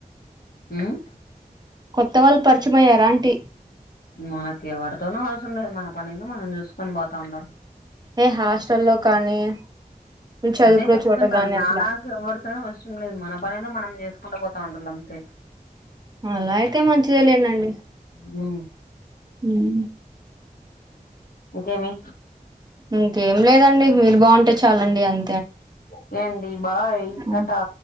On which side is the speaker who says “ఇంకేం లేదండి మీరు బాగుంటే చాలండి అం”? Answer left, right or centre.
Right